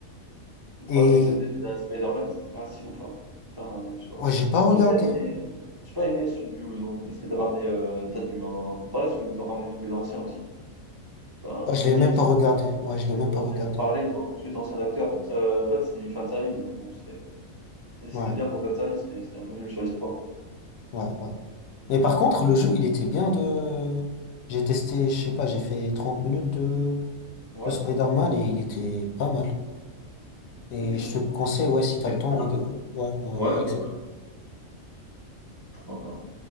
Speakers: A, on the right; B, on the left.
A: Le problème,
B: Et
A: c'est que le, dé- le dernier Spider-Man, il était pas si ouf, hein. Enfin, je sais pas.
B: ouais, j'ai pas regardé.
A: Moi, j'ai pas aimé, j'ai pas aimé celui où ils ont essayé de ramener, euh, t'as du, euh, pareil, celui où ils ont ramené tous les anciens aussi. Enfin, un
B: Ouais, je
A: remix.
B: l'ai même pas regardé. Ouais, je l'ai
A: En
B: même
A: fait,
B: pas
A: Dans un
B: regardé.
A: univers parallèle, ils ont ramené tous les anciens acteurs, donc ça, en fait, c'était du fan service, donc bon, c'était, c'était
B: Ouais,
A: bien pour le fan service, mais c'était un peu nul sur l'histoire.
B: ouais, ouais. Mais par contre, le jeu, il était bien de... J'ai testé, je sais pas, j'ai fait 30 minutes de,
A: Ouais,
B: de Spider-Man et il était pas mal. Et
A: ok.
B: je te conseille, ouais, si
A: C'était
B: t'as le temps,
A: très
B: rega-
A: mal. hein.
B: Ouais, ouais,
A: Ouais,
B: ouais,
A: ouais,
B: exactement.
A: ouais, pourquoi pas.